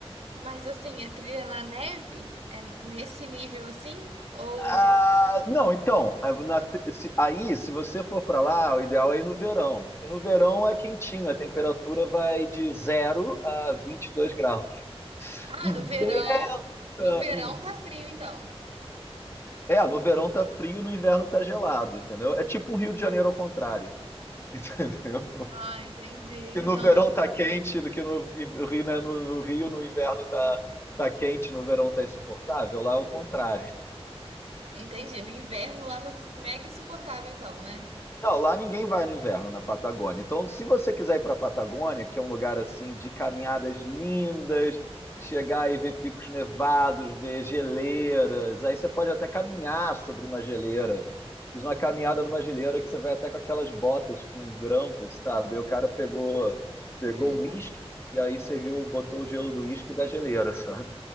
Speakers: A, on the right; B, on the left.
A: Mas assim, é trilha na neve? É nesse nível assim? Ou.
B: Ah, não, então, a- na tri- se- aí, se você for para lá, o ideal é ir no verão, porque no verão é quentinho, a temperatura vai de zero a 22 graus.
A: Ah,
B: E,
A: no verão.
B: venta-
A: No verão
B: e-
A: tá frio, então.
B: é, no verão tá frio, no inverno tá gelado, entendeu? É tipo o Rio de Janeiro ao contrário, <laughs> entendeu?
A: Ah, entendi.
B: Que no
A: Então,
B: verão
A: no... in-
B: tá quente, que no, no Rio, né, no- no Rio, no inverno tá, tá quente, no verão tá insuportável, lá é o contrário.
A: entendi. No inverno lá tá mega insuportável, então, né?
B: Não, lá ninguém vai no inverno na Patagônia. Então, se você quiser ir para a Patagônia, que é um lugar assim de caminhadas lindas, chegar e ver picos nevados, ver geleiras, aí você pode até caminhar sobre uma geleira. Fiz uma caminhada numa geleira que você vai até com aquelas botas com grampos, sabe? E o cara pegou pegou
A: Hum,
B: um uísque e aí serviu, botou o gelo do uísque da geleira, <laughs> sabe?